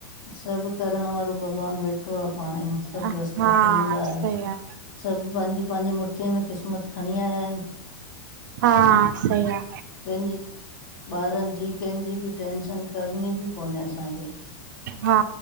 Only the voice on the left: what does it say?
सभु करण वारो भॻवानु वेठो आ पांणई सभु
रस्ता खुलंदा
सभु पांन्जी पांन्जी मुट्ठीअ में क़िस्मत खणीं आया आहिन
न
कंहिंजी ॿारनि जी कंहिंजी ॿि टेंशन करणी ॿि कोन्हे असांखे